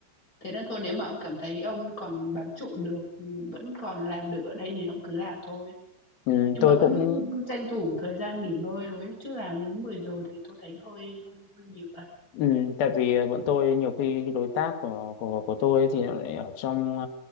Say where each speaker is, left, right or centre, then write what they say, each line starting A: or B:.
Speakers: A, on the left; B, on the left.
A: Thế nên thôi nếu mà ông cảm thấy ông còn bám trụ được, ừ, vẫn còn làm được ở đây thì ông cứ làm thôi.
B: ừ,
A: Nhưng
B: tôi
A: mà vẫn
B: cũng
A: tranh thủ thời gian nghỉ ngơi rồi ấy. Chứ làm đến 10 giờ thì tôi thấy hơi hơi hơi nhiều thật.
B: Ừ, tại vì ờ, bọn tôi nhiều khi đối tác của của của tôi ấy thì nó lại ở trong